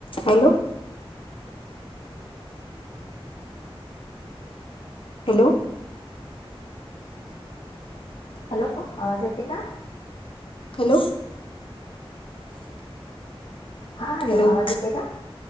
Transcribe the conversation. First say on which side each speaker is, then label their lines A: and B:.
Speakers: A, on the left (about 60°); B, on the left (about 85°).
A: Hello! Hello!
B: Hello आवाज येतोय का?
A: हॅलो!
B: हा
A: हॅलो
B: आवाज येते का